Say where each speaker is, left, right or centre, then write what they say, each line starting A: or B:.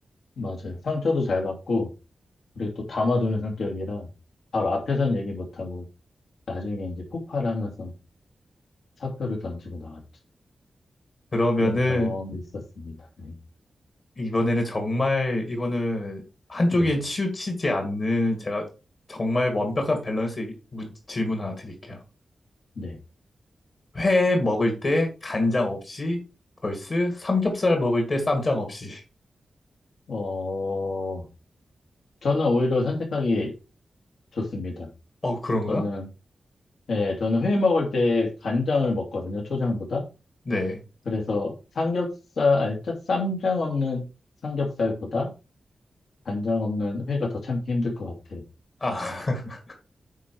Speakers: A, on the left; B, on the left.
A: 맞아요. 상처도 잘 받고, 그리고 또 담아두는 성격이라 바로 앞에선 얘기 못하고 나중에 이제 폭발하면서 사표를 던지고 나왔죠.
B: 그러면은
A: 그런 경험이 있었습니다. 네.
B: 이번에는 정말 이거는 한쪽에
A: 네.
B: 치우치지 않는 제가 정말 완벽한 밸런스의 문- 질문 하나 드릴게요.
A: 네.
B: 회 먹을 때 간장 없이 벌스 삼겹살 먹을 때 쌈장 없이. <laughs>
A: 어, 저는 오히려 선택하기 좋습니다.
B: 어, 그런가요?
A: 저는, 예, 저는 회 먹을 때 간장을 먹거든요. 초장보다.
B: 네.
A: 그래서 삼겹살, 알짜 쌈장 없는 삼겹살보다 간장 없는 회가 더 참기 힘들 것 같아요.
B: 아, <laughs>